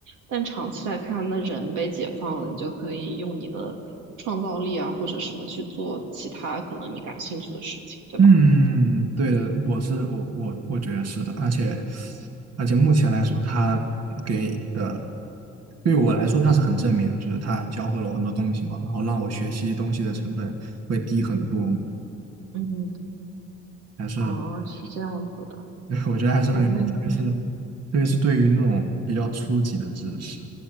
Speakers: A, on the right (about 85°); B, on the right (about 55°).
A: 但长期来看，那人被解放了，你就可以用你的创造力啊或者什么去做其他可能你感兴趣的事情，对吧？
B: 嗯，对的，我是我我我觉得是的，而且而且目前来说，他给的对我来说他是很正面，就是他教会了我很多东西嘛，然后让我学习东西的成本会低很多，
A: 嗯，
B: 还是
A: 哦，是这样子的。
B: <laughs> 我觉得还是很有意义特别是
A: 哎，那你
B: 特别是对于那种比较初级的知识，